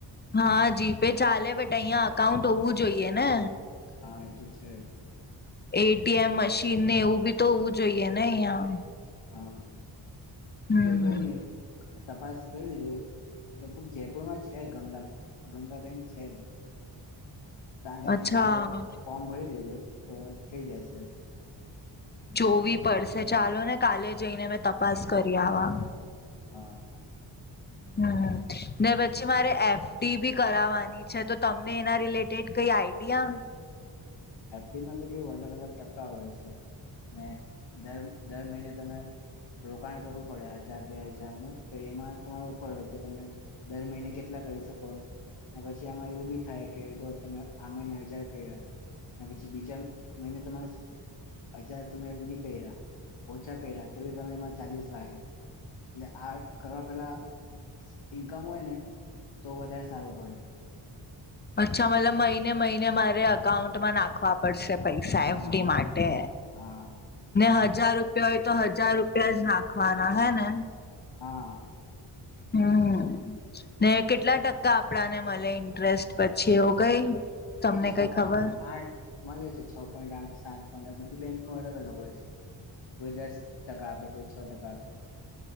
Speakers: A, on the left (about 20°); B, on the left (about 60°).
A: હા જી પે ચાલે બટ અહિયાં અકાઉન્ટ હોવું જોઈએ ને.
B: હા એ તો છે.
A: એટીએમ મશીનને એવું બી તો હોવું જોઈએ ને અહિયાં.
B: હા.
A: હમ
B: એ તો કઈ નઈ તપાસ કરી લે લગભગ જયપુરમાં છે, ગંગા ગંગાબેન્ક છે. તાં જઈને
A: અચ્છા
B: કાલે ફોર્મ ભરી દેજો. તો થઈ જશે.
A: જોવી પડસે ચાલો ને કાલે જઈને મેં તપાસ કરી આવા.
B: હા હ.
A: હમ ને પછી મારે એફડી બી કરાવવાની છે તો તમને એના રિલેટેડ કઈ આઈડિયા
B: એફડીમાં તો કેવું અલગ અલગ ટકા હોય છે ને દર દર મહિને તમે રોકાણ કરવું પડે હજાર બે હજારનું એમાં તમારા ઉપર હોય કે તમે દર મહિને કેટલા કરી શકો પછી આમાં એવું બી થાય કે જો તમે આ મહિને હજાર કઇરા પછી બીજા મહિને તમારે હજાર તમે ની કઇરા ઓછા કઇરા તો તમે એમાં ચાજીસ લાગે એલે આ કરવા પેલા ઈન્કમ હોય ને તો વધારે સારું પડે
A: અચ્છા મતલબ મહિને મહિને મારે અકાઉન્ટમાં નાખવા પડશે. પૈસા
B: હા
A: એફડી માટે
B: હા
A: હજાર રૂપિયા હોય તો હજાર રૂપિયા જ નાખવાના હે ને?
B: હા.
A: હમ. ને કેટલા ટકા આપડાને મલે ઇન્ટરેસ્ટ પછી એવુ કઈ તમને
B: એ છ
A: કઈ ખબર
B: પોઈન્ટ આઠ મળ્યો છે છ પોઈન્ટ આઠ સાત પણ બધું બેંકનું અલગ અલગ હોય છે કોઈ દસ ટકા આપે કોઈ છ ટકા આપે